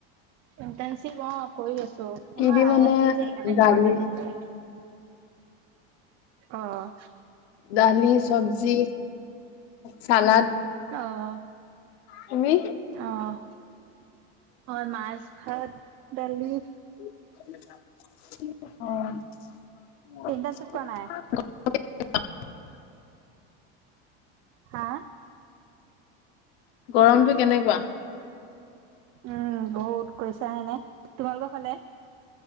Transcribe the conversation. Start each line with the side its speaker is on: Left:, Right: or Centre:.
Right: ইণ্টাৰনচিপ অ কৰি আছো
Left: কি
Right: আমাৰ
Left: দি
Right: আই
Left: মানে
Right: আই টি যে সেইকাৰণে
Left: দালি
Right: ঘ <unintelligible> আহ
Left: দালি, চবজি, চালাড।
Right: আহ
Left: তুমি
Right: আহ অ মাছ, ভাত, দালি।
Left: <unintelligible> <inaudible>
Right: ইণ্টাৰ্ণশ্বিপ কৰা
Left: অ
Right: নাই? হা
Left: গৰমটো কেনেকুৱা?
Right: উম বহুত কৈছা হেনে তোমালোকৰ ফালে।